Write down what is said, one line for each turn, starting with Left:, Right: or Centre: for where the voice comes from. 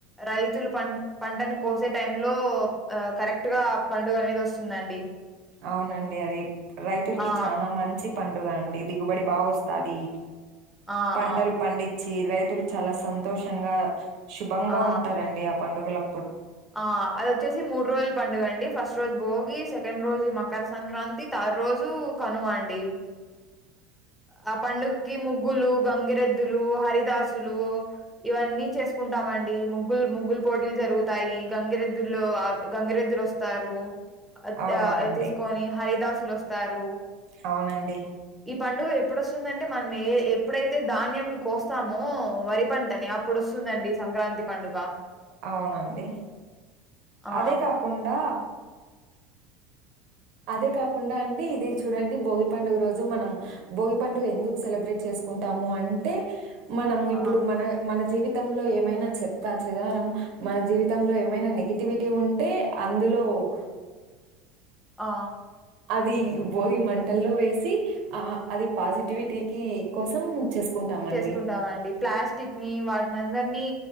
Centre: రైతులు పన్ పంటను కోసే టైం లో ఆ కరెక్ట్ గా ఆ పండుగ అనేది వస్తుందండి.
Right: అవునండి అది రైతుల్కి
Centre: ఆ
Right: చానా మంచి పండుగ అండి దిగుబడి బాగొస్తాది
Centre: ఆ
Right: పంటలు
Centre: ఆ
Right: పండించి రై తులు చాలా సంతోషంగా శుభంగా
Centre: ఆ
Right: ఉంటారండి ఆ పండుగలో
Centre: ఆ అది వచ్చేసి మూడు రోజుల్ పండుగ అండి ఫస్ట్ రోజు భోగి, సెకండ్ రోజు మకర సంక్రాంతి, థార్డ్ రోజు కనుమ అండి. ఆ పండుగకి ముగ్గులు, గంగి రెద్దులు, హరిదాసులు ఇవన్నీ చేసుకుంటామండి ముగ్గులు ముగ్గులు పోటీలు జరుగుతా యి గంగిరెద్దుల్లో ఆ గంగిరెద్దులు వస్తారు. అత్
Right: అవునవునండి
Centre: ఆ తీసుకొని హరిదాసులు వస్తారు.
Right: అవునండి.
Centre: ఈ పండుగ ఎప్పుడొస్తుందంటే మనం ఏ ఎప్పుడైతే ధాన్యం ని కోస్తామో వరి పం టని అప్పుడు వస్తుందండి సంక్రాంతి పండుగ.
Right: అవునండి
Centre: ఆ
Right: అదే కాకుండా అదే కాకుండా అండి ఇది చూడండి భోగి పండుగ రోజు మనం భోగి పండుగ ఎందుకు సెలబ్రేట్ చేస్ కుంటాము అంటే మనము
Centre: ఆ
Right: ఇప్పుడు మన మన జీవి తంలో ఏమైనా చెత్త చెదారం, మన జీవితంలో ఏమైనా నెగిటివిటీ ఉంటే అందులో ఒ
Centre: ఆ
Right: అది భోగి మంటల్లో వేసి ఆ అది పాజిటివిటీకి కోసం చెస్కుంటామండి.
Centre: చేసుకుంటామండి ప్లాస్టిక్ ని వాటినందరినీ